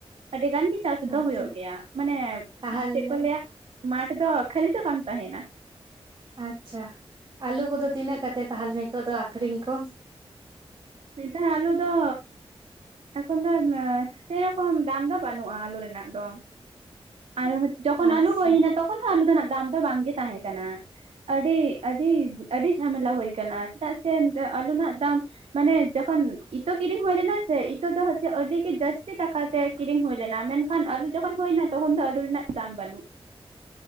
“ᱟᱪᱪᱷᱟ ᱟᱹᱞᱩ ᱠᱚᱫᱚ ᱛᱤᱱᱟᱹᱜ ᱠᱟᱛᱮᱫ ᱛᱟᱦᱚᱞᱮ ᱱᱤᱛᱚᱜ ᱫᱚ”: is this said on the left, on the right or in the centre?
Right